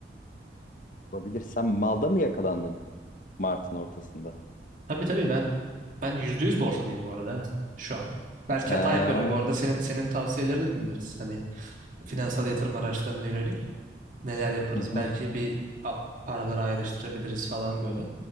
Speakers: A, on the left; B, on the right.
A: Olabilir. Sen malda mı yakalandın Mart'ın ortasında?
B: Tabii tabii ben ben yüzde yüz borsadayım bu arada ha, şu an. Belki
A: Ha.
B: hata yapıyorum. Bu arada senin senin tavsiyeleri de dinleriz. Hani finansal yatırım araçlarına yönelik neler yaparız?
A: Hı hı,
B: Belki bir a- paraları ayrıştırabiliriz falan böyle.